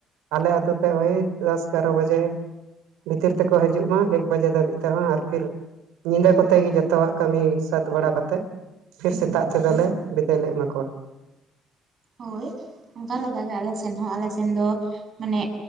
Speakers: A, on the right (about 85°); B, on the right (about 50°).
A: ᱟᱞᱮ ᱟᱛᱩ ᱛᱮ ᱣᱦᱤ ᱫᱚᱥ ᱮᱜᱟᱨᱚ ᱵᱟᱡᱮ ᱵᱷᱤᱛᱤᱨ ᱛᱮᱠᱚ ᱦᱤᱡᱩᱜ ᱢᱟ ᱮᱠ ᱵᱟᱡᱮ ᱫᱷᱟᱹᱵᱤᱡ ᱛᱮᱦᱚᱸ ᱟᱨ ᱯᱷᱤᱨ ᱧᱤᱫᱟᱹ ᱠᱚᱛᱮ ᱜᱮ ᱡᱚᱛᱚᱣᱟᱜ ᱠᱟᱹᱢᱤ ᱥᱟᱹᱛ ᱵᱟᱲᱟ ᱠᱟᱛᱮᱜ ᱯᱷᱤᱨ ᱥᱮᱛᱟᱜ ᱛᱮᱫᱚ ᱞᱮ ᱵᱤᱫᱟᱹᱭ ᱞᱮ ᱮᱢᱟ ᱠᱚᱣᱟ
B: ᱦᱳᱭ ᱚᱱᱠᱟ ᱞᱮᱠᱟ ᱜᱮ ᱟᱞᱮ ᱥᱮᱱ ᱦᱚᱸ ᱟᱞᱮ ᱥᱮᱱ ᱫᱚ ᱢᱟᱱᱮ